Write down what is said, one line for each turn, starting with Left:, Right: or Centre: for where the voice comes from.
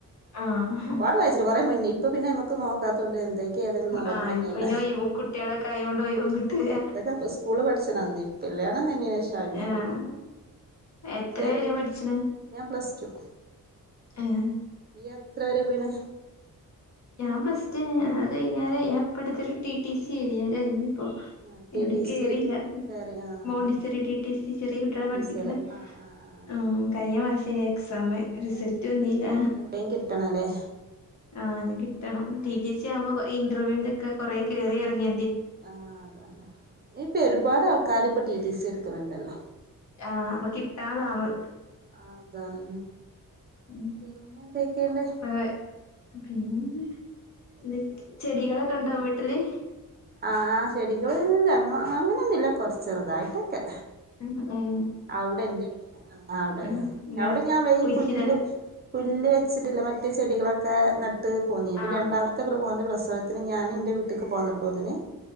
Left: ആഹ്
Right: ഒരുപാട് വായിച്ചട്ട് കുറെ മുന്നേ ഇപ്പ പിന്നെ നമുക്ക് നോക്കാത്തോണ്ട്ന്ത് അതൊക്ക ഏതൊന്നും ഓർമ്മന്നല്ല
Left: ആഹ് ഇപ്പൊ പിന്നെ ഒഴിവും കുട്ടികളൊക്കെ ആയോണ്ട് ഒഴിവും കിട്ടൂല
Right: അതൊക്കെ സ്കൂള് പഠിച്ചന്ന് കല്യാണം കഴിഞ്ഞേന് ഷൈമക്
Left: ആഹ് എത്ര
Right: ശെ
Left: വരെ പഠിച്ച്ണ്
Right: ഞാൻ പ്ലസ് ടു
Left: ഏഹ്
Right: ഈയ് എത്ര വരെ പോയിണ്‌
Left: ഞാൻ പ്ലസ് ടു കഴിഞ്ഞല് അത് കഴിഞ്ഞാലേ ഞാൻ ഇപ്പടുത്തെ ഒരു ടി ടി സി എഴുതി അത് കഴിഞ്ഞു അപ്പൊ
Right: ആഹ് ടി
Left: എവിടേം
Right: ടി
Left: കേറിയില്ല
Right: സി കേറി ആഹ്
Left: മോണ്ടി
Right: ആഹ്
Left: സോറി T T C ചെറിയ കുട്ടികളെ
Right: മോണ്ടിസോറി
Left: പഠിപ്പിക്കണ
Right: ആഹ് ആഹ് ആഹ്
Left: ആ കഴിഞ്ഞ മാസം പിന്നെ എക്സാം റിസൾട്ട്
Right: ആഹ്
Left: വന്നില്ല
Right: ഇനി എവിടെയും കിട്ടണല്ലേ
Left: ആ ഇനി കിട്ടണം ടി ടി സി ആവുമ്പോ ഇന്റർവ്യൂന്റെക്കെ കൊറെ കേറി ഇറങ്ങി
Right: ആഹ് അതാണ് ഇപ്പൊ ഒരുപാട് ആൾക്കാാര് ഇപ്പ ടി ടി സി എടുക്കണണ്ടല്ലോ
Left: ആഅപ്പൊ കിട്ടാതാവും
Right: ആ അതാണ്
Left: ഉം
Right: പിന്നെ എന്തൊക്കെയണ്ട്
Left: ഇപ്പ പിന്നെ ചെടികളൊക്കെ ഇണ്ടോ വീട്ടില്
Right: ആ ചെടികൾ മ്മ അങ്ങനെന്നുല്ല കൊറച്ചെറുതായിട്ടൊക്കെ
Left: ഉം ഉം
Right: അവിടെ എന്റെ വീട്ടില ആ അവിടെ
Left: ഉം നിങ്ങള്
Right: അവിടെ ഞാൻ വെയ്
Left: കുഴിച്ചിടലാ
Right: പുല്ല് പുല്ല് വെച്ചിട്ടില്ല മറ്റ ചെടികളൊക്കെ നട്ട് പോന്നി പ്പ
Left: ആഹ്
Right: രണ്ടാമത്തെ പ്ര മോന്റെ പ്രസവം ത്സവത്തിന് ഞാൻ ഇന്റെ വീട്ടക്ക് പോന്നപ്പോതിന്